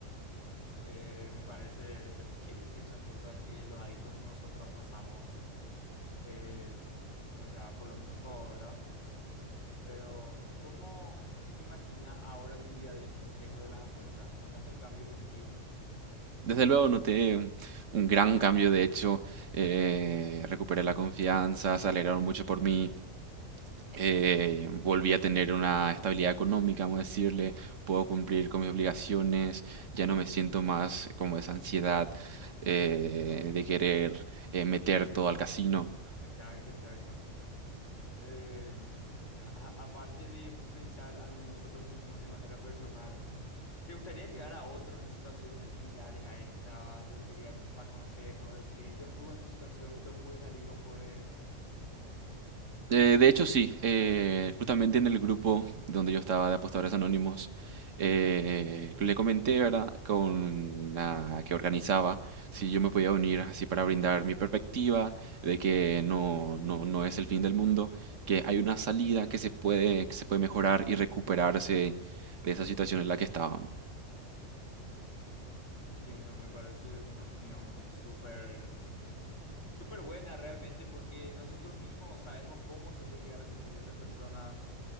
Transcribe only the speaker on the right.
Desde luego noté un, un gran cambio, de hecho, eh, recuperé la confianza, se alegraron mucho por mí. eh, volví a tener una estabilidad económica, vamos a decirle, puedo cumplir con mis obligaciones, ya no me siento más como esa ansiedad eh, de querer eh, meter todo al casino.
Eh, de hecho, sí. eh, justamente en el grupo donde yo estaba de Apostadores Anónimos, eh, le comenté, ¿verdad?, con la que organizaba, si yo me podía unir así para brindar mi perspectiva de que no, no, no es el fin del mundo, que hay una salida que se puede, que se puede mejorar y recuperarse de esa situación en la que estaban.